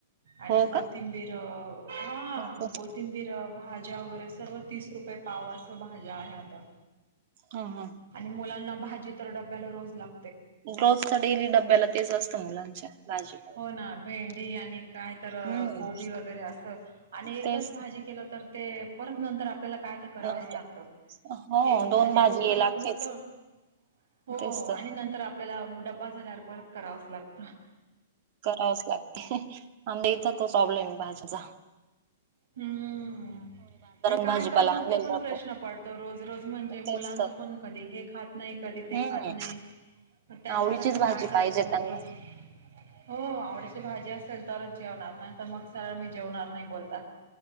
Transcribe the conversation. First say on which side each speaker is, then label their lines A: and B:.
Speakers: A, on the right (about 65°); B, on the right (about 35°).
A: आणि
B: हो
A: कोथिंबीर...
B: का
A: अं... हा
B: बापू
A: कोथिंबीर अं भाज्या वगैरे सर्व तीस रुपये पाव आसं भाज्या आहे आता
B: हा हा
A: आणि मुलांना भाजी तर डब्याला रोज लाग
B: बस तर... डेली डब्याला तेच असतं मुलांच्या भाजी
A: होय ना... भेंडी आणि काय तर,
B: हम्म
A: कोबी वगैरे आसं आणि एकच
B: तेच
A: भाजी केलं तर ते परत नंतर आपल्याला काय तर करावंच
B: नंतर
A: लागतं.
B: हो
A: एक भाजी
B: दोन
A: दोघांना
B: लागतेच
A: होतं हो
B: तेच तर
A: आणि नंतर आपल्याला डब्बा झाल्यावर परत करावाचं लागतं.
B: करावंच लागतं <unintelligible> भाज्याचा.
A: हम्... आणि काय
B: भाजीपाला
A: करणार
B: आणलेला
A: ते पण प्रश्न
B: जातो
A: पडतो रोज रोज म्हणजे मुला
B: तेच
A: लाचं
B: तर
A: पण कधी हे खात नाही कधी ते
B: हम्म
A: खात नाही, मग त्यांच्याकरता
B: आवडीचीच भाजी
A: काय करायचं
B: पाहिजे
A: रोज
B: त्यांना
A: रोज? हो आवडीची भाजी असेल तरच जेवणार, नाही तर मग सरळ मी जेवणार नाही बोलता